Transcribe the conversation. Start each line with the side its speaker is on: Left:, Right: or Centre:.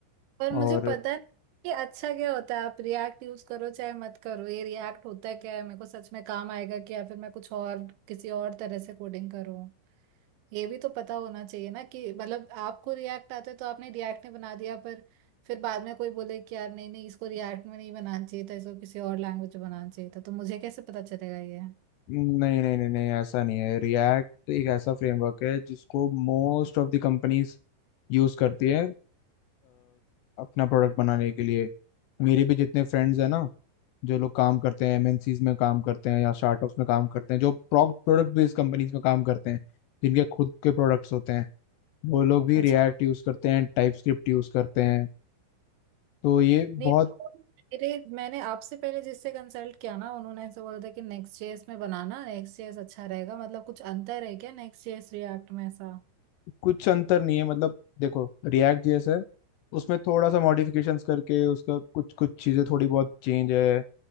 Right: पर मुझे
Left: और
Right: पता नहीं कि अच्छा क्या होता है आप रिएक्ट यूज करो चाहे मत करो ये रिएक्ट होता क्या है मेरे को सच में काम आएगा कि या फिर मैं कुछ और किसी और तरह से कोडिंग करूँ ये भी तो पता होना चाहिए ना कि मतलब आपको रिएक्ट आता है तो आपने रिएक्ट में बना दिया पर फिर बाद में कोई बोले कि यार नहीं नहीं इसको रिएक्ट में नहीं बनाना चाहिए था इसको किसी और लैंग्वेज में बनाना चाहिए था तो मुझे कैसे पता चलेगा ये
Left: नहीं नहीं नहीं नहीं ऐसा नहीं है रिएक्ट एक ऐसा फ्रेमवर्क है जिसको most of the companies use करती है अ, अपना प्रोडक्ट बनाने के लिए मेरे भी जितने फ्रेंड्स हैं ना जो लोग काम करते हैं एमएनसीज में काम करते हैं या स्टार्टअप्स में काम करते हैं जो प्रोडक्ट बेस्ड कंपनीज में काम करते हैं जिनके खुद के प्रोडक्ट्स होते हैं वो लोग भी
Right: अच्छा
Left: रिएक्ट यूज़ करते हैं टाइप स्क्रिप्ट यूज़ करते हैं तो ये बहुत
Right: नहीं मेरे मैंने आपसे पहले जिससे कंसल्ट किया ना उन्होंने ऐसे बोला था कि नेक्स्ट जेएस में बनाना नेक्स्ट जेएस अच्छा रहेगा मतलब कुछ अंतर है क्या नेक्स्ट जेएस रिएक्ट में ऐसा
Left: कुछ अंतर नहीं है मतलब देखो रिएक्ट जैसा है उसमें थोड़ा सा मॉडिफिकेशंस करके उसका कुछ कुछ चीज़ें थोड़ी बहुत चेंज है